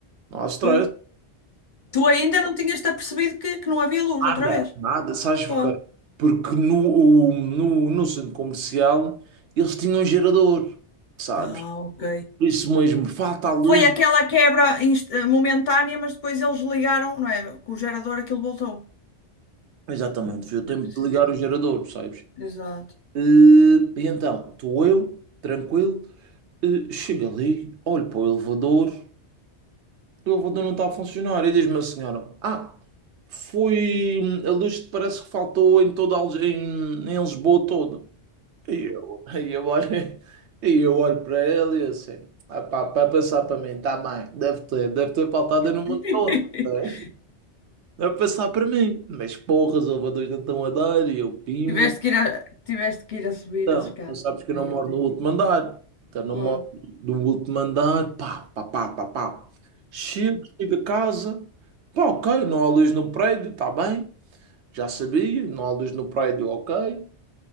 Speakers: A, on the right; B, on the left.
A: não há stress.
B: Pô. Tu ainda não tinhas-te apercebido que, que não havia luz
A: Nada,
B: outra vez?
A: nada, sabes porquê?
B: Pô.
A: Porque no, o- no, no centro comercial eles tinham um gerador, sabes?
B: Ah, ok.
A: Por isso mesmo, falta a luz.
B: Foi aquela quebra inst- eh, momentânea, mas depois eles ligaram, não é? Com o gerador aquilo voltou.
A: Exatamente, foi o tempo
B: É preciso
A: de ligar
B: isso.
A: o gerador, sabes?
B: Exato.
A: Eh, E, então, estou eu, tranquilo, eh, chego ali, olho para o elevador, o elevador não está a funcionar. E diz-me a senhora: Ah, foi. hum, A luz parece que faltou em toda a, Lis- em, em Lisboa toda. E eu, <laughs> e eu olho, <laughs> e eu olho para ele e assim, ah pá, para pensar para mim, tá bem, deve ter, deve ter faltado aí
B: <laughs>
A: no mundo todo. né? Deve pensar para mim, mas porras, elevadores não estão a dar e eu pimo.
B: Tiveste que ir a, tiveste que ir a subir
A: Então,
B: a escada.
A: tu sabes que eu não
B: Meu
A: moro
B: Deus.
A: no último andar, então não
B: Boa.
A: moro no último andar, pá, pá, pá, pá, pá. Chego, chego a casa, pá, ok, não há luz no prédio, tá bem, já sabia, não há luz no prédio, ok.